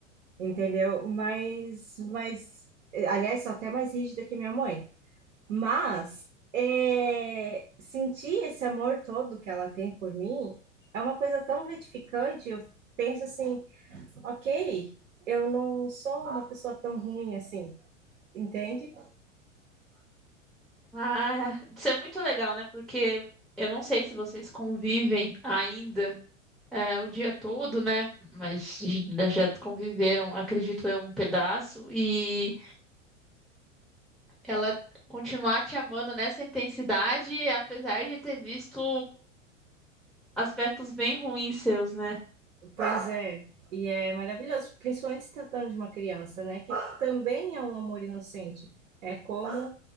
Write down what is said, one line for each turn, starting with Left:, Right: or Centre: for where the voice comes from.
Right: entendeu? Mas mas eh, aliás, sou até mais rígida que minha mãe. Mas é, sentir esse amor todo que ela tem por mim é uma coisa tão gratificante. Eu penso assim, ok, eu não sou uma pessoa tão ruim assim, entende?
Centre: Ah, isso é muito legal, né? Porque eu não sei se vocês convivem ainda é, o dia todo, né? Mas já já conviveram, acredito eu, um pedaço. E ela continuar te amando nessa intensidade, apesar de ter visto aspectos bem ruins seus, né?
Right: Pois é, e é maravilhoso, principalmente se tratando de uma criança, né? Que também é um amor inocente. É como